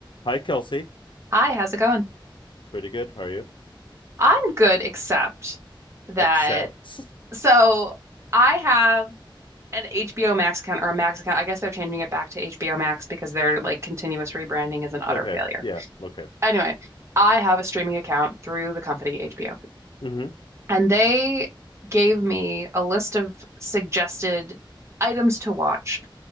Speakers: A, on the left; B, on the right.
A: Hi, Kelsey.
B: Hi, how's it going?
A: Pretty good. How are you?
B: I'm good, except that
A: Except.
B: so I have an HBO Max account or a Max account. I guess they're changing it back to HBO Max because their like continuous rebranding is an utter
A: Okay.
B: failure.
A: Yeah. Okay.
B: Anyway, I have a streaming account through the company HBO,
A: hmm
B: and they gave me a list of suggested items to watch